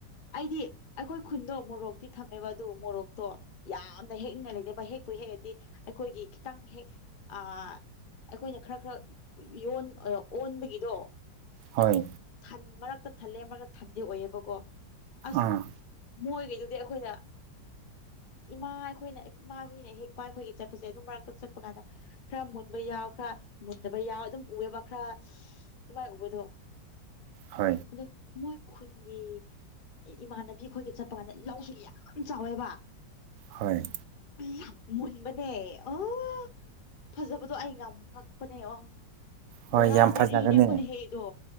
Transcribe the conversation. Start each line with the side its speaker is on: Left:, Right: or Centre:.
Left: ꯑꯩꯗꯤ ꯑꯩꯈꯣꯏ ꯈꯨꯟꯗꯣ ꯃꯣꯔꯣꯛꯇꯤ ꯊꯝꯃꯦꯕ ꯑꯗꯨ ꯃꯣꯔꯣꯛꯇꯣ ꯌꯥꯝꯅ ꯍꯦꯛꯅꯤꯡꯉꯥꯏ ꯂꯩꯇꯕ ꯍꯦꯛꯄ ꯍꯦꯛꯗꯤ ꯑꯩꯈꯣꯏꯒꯤ ꯈꯤꯇꯪ ꯍꯦꯛ ꯑ ꯑꯩꯈꯣꯏꯅ ꯈꯔ ꯈꯔ ꯌ ꯑꯣꯟꯕꯒꯤꯗꯣ
Right: ꯍꯣꯏ
Left: ꯑꯗꯨ ꯊꯟ ꯃꯔꯛꯇ ꯊꯜꯂꯦ ꯃꯔꯛꯇ ꯊꯟꯗꯤ ꯑꯣꯏꯑꯕꯀꯣ ꯑꯁ
Right: ꯑꯥ
Left: ꯃꯣꯏꯈꯩꯗꯨꯗꯤ ꯑꯩꯈꯣꯏꯅ ꯏꯃꯥ ꯑꯩꯈꯣꯏꯅ ꯃꯥꯥꯡꯏꯅꯦ ꯍꯦꯛ ꯄꯥꯏꯈꯣꯏꯒꯦ ꯆꯠꯄꯁꯦ ꯑꯗꯨꯝ ꯃꯔꯛꯇ ꯆꯠꯄ ꯀꯥꯟꯗ ꯈꯔ ꯃꯨꯟꯕ ꯌꯥꯎ ꯈꯔ ꯃꯨꯟꯅꯕ ꯌꯥꯎ ꯑꯗꯨꯝ ꯎꯑꯕ ꯈꯔ ꯚꯥꯏꯕꯗꯣ
Right: ꯍ
Left: ꯑꯗꯣ ꯃꯣꯏ ꯈꯨꯟꯒꯤ ꯑꯦ ꯏꯃꯥꯟꯅꯕꯤ ꯑꯩꯈꯣꯏꯒꯤ ꯆꯠꯄ ꯀꯥꯟꯗ ꯂꯧꯁꯨ ꯌꯥꯝ ꯆꯥꯎꯋꯦꯕ
Right: ꯍꯣꯏ
Left: ꯌꯥꯝ ꯃꯨꯟꯕꯅꯦ ꯑꯣ ꯐꯖꯕꯗꯣ ꯑꯩ ꯌꯥꯝ ꯉꯛꯄꯅꯦ ꯑꯣ
Right: ꯍꯣꯏ
Left: ꯕꯣꯔꯥ
Right: ꯌꯥꯝ
Left: ꯃꯔꯤꯅꯦ
Right: ꯐꯖꯒꯅꯤ
Left: ꯑꯩꯈꯣꯏꯅ ꯍꯩꯗꯣ